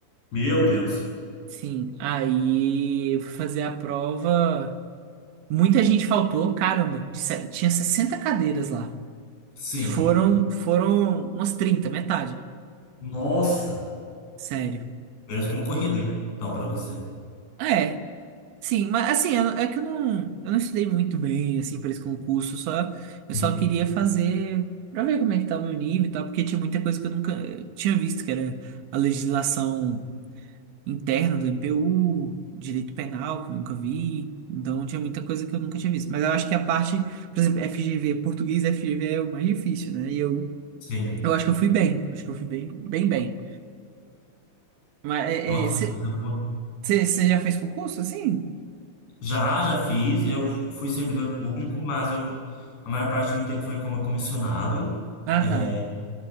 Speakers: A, on the left (about 70°); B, on the right (about 80°).
A: Meu Deus.
B: Sim, aí eu fui fazer a prova. Muita gente faltou, caramba, de se- tinha 60 cadeiras lá.
A: Sim.
B: Foram, foram umas 30 metade.
A: Nossa.
B: Sério.
A: Menos concorrido, hein? Então, para você.
B: É, Sim, mas assim, eu- é que eu não, eu não estudei muito bem, assim, para esse concurso, só, eu
A: Sim,
B: só queria fazer para ver como é que tá o meu nível e tal, porque tinha muita coisa que eu nunca tinha visto, que era a legislação interna do MPU, direito penal, que eu nunca vi, então tinha muita coisa que eu nunca tinha visto. Mas eu acho que a parte, por exemplo, FGV, português FGV é o mais difícil, né? E eu,
A: sim.
B: eu acho que eu fui bem, acho que eu fui bem, bem, bem. Mas
A: Nossa, coisa boa.
B: você já fez concurso, assim?
A: Já, já fiz. Eu fui servidor público, mas o, a maior parte do tempo foi como comissionado.
B: Ah,
A: É,
B: tá,